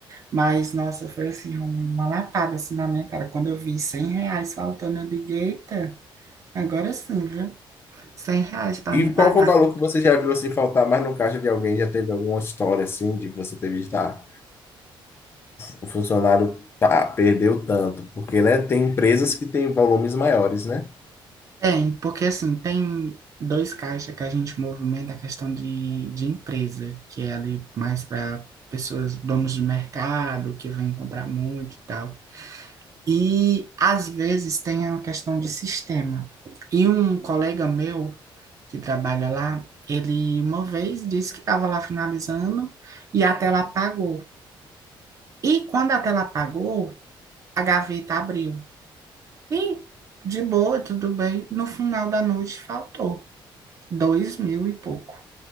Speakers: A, on the right; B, on the left.
A: Mas, nossa, foi assim, uma lapada assim na minha cara. Quando eu vi 100 reais faltando, eu digo, eita, agora sim, viu? cem reais para
B: E
A: mim
B: qual
A: pagar.
B: foi o valor que você já viu assim faltar mais no caixa de alguém? Já teve alguma história assim de você ter visto? Ah, o funcionário tá, perdeu tanto, porque, né, tem empresas que têm volumes maiores, né?
A: Tem, porque assim, tem dois caixas que a gente movimenta a questão de, de empresa, que é ali mais para pessoas, donos de mercado, que vêm comprar muito e tal. E às vezes tem a questão de sistema. E um colega meu, que trabalha lá, ele uma vez disse que estava lá finalizando e a tela apagou. E quando a tela apagou, a gaveta abriu. E de boa, tudo bem. No final da noite faltou dois mil e pouco.